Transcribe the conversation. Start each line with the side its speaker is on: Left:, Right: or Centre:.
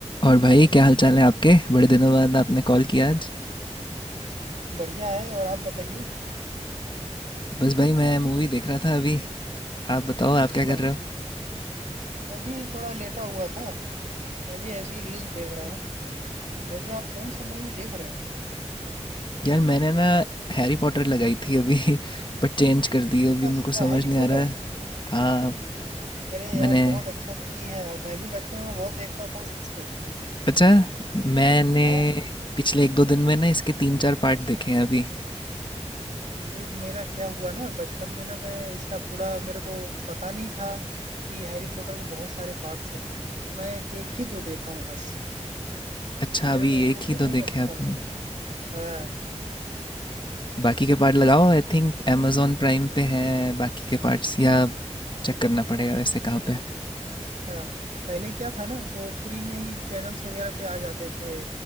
Left: और भाई क्या हाल चाल है आपके बड़े दिनों बाद आपने कॉल किया आज
Right: बढ़िया है और आप बताइए
Left: बस भाई मैं मूवी देख रहा था अभी आप बताओ
Right: अच्छा
Left: आप क्या कर रहे हो
Right: मैं भी थोड़ा लेटा हुआ था मैं भी ऐसी रील्स देख रहा हूँ वैसे आप कौन सा मूवी देख रहे हैं
Left: यार मैंने ना हैरी पॉटर लगाई थी अभी <laughs> बट चेंज कर दी अभी मेरे
Right: अच्छा
Left: को समझ
Right: हैरी
Left: नहीं
Right: पॉटर
Left: आ रहा हाँ
Right: अरे यार
Left: मैंने
Right: बहुत अच्छा मूवी है यार मैं भी बचपन में बहुत देखता था उसको
Left: अच्छा मैंने
Right: हाँ
Left: पिछले एक दो दिन में ना इसके तीन चार पार्ट देखे हैं अभी
Right: अरे मेरा क्या हुआ ना बचपन में ना मैं इसका पूरा मेरे को पता नहीं था कि हैरी पॉटर के बहुत सारे पार्ट्स हैं मैं एक ही दो देखा हूँ बस
Left: अच्छा
Right: मेरे
Left: अभी
Right: को वो
Left: एक ही
Right: बहुत
Left: दो देखे
Right: अच्छा
Left: हैं आपने
Right: लगा हाँ,
Left: बाकी के पार्ट लगाओ आई थिंक amazon प्राइम पे है बाकी के पार्ट्स या चेक करना पड़ेगा वैसे कहाँ पे
Right: अच्छा पहले क्या था ना वो फ्री में ही चैनल्स वगैरह पे आ जाते थे